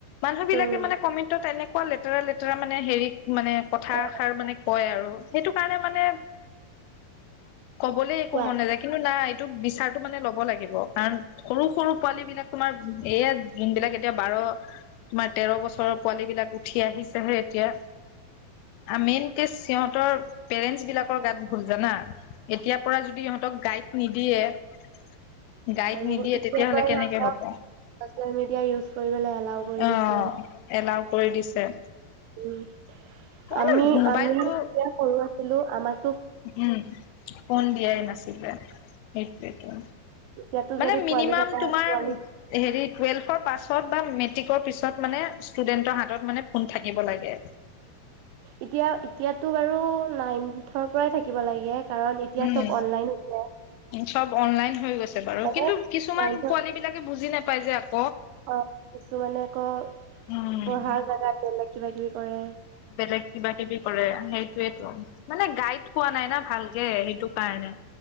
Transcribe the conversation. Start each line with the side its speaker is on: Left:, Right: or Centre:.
Left: মানুহ
Right: উম
Left: বিলাকে মানে কমে তেনেকুৱা লেতেৰা লেতেৰা মানে হেৰি মানে কথাষাৰ
Right: অ'
Left: মানে কয় আৰু সেইটো কাৰণে মানে কবলে একো
Right: কোৱা
Left: মন নাযায় কিন্তু নাই তোক বিচাৰটো মানে ল'ব লাগিব কাৰণ সৰু সৰু পোৱালী বিলাক তোমাৰ এয়া যোনবিলাক এতিয়া বাৰ তোমাৰ তেৰ বছৰ পোৱালী বিলাক উঠি আহিছেহে এতিয়া মেইন কে সিহঁতৰ পেৰেন্টছ বিলাকৰ গাত ভুল জানা এতিয়াৰ পৰা যদি ইহঁতক গাইড নিদিয়ে গাইড
Right: আৰু
Left: নিদিয়ে
Right: এতিয়াৰ
Left: তেতিয়াাহলে
Right: পৰাই
Left: কেনেকে
Right: সিহঁতক
Left: হ'ব
Right: ছ'চিয়েল মিডিয়া ইউজ কৰিবলৈ এলাও কৰি
Left: অ
Right: দিছে
Left: এলাওৱ কৰি দিছে
Right: উম
Left: মানে
Right: আমি
Left: মোবাইলটো
Right: আমি তেতিয়া সৰু আছিলো আমাক
Left: উম ফোন দিয়াই নাছিল সেইটোৱে টো
Right: এতিয়াতো
Left: মানে
Right: যদি পোৱালি
Left: মিনিমাম
Right: কেইটা
Left: তোমাৰ
Right: পোৱালি
Left: হেৰি টুৱেলফৰ পাছত বা মেট্ৰিক পিছত মানে ষ্টুডেন্ত্ৰৰ হাতত মানে ফোন থাকিব লাগে।
Right: এতিয়া এতিয়াতো বাৰু নাইনথৰ পৰাই থাকিব লাগে। কাৰণ এতিয়া
Left: উম
Right: চব অনলাইন হৈছে।
Left: চব অনলাইন হৈ গৈছে। বাৰু কিন্তু
Right: মানে
Left: কিছুমান
Right: নাইনথৰ
Left: পোৱালি বিলাকে বুজি নাপায়। পাইজা <inaudible>
Right: অ' কিছুমানে আকৌ
Left: উম
Right: পঢ়াৰ জাগা বেলেগ। কিবা কিবি। কৰে।
Left: বেলেগ কিবা কিবি কৰে সেই টোৱেটো মানে গাইড পোৱা নাই না ভাল কে সেইটো কাৰণে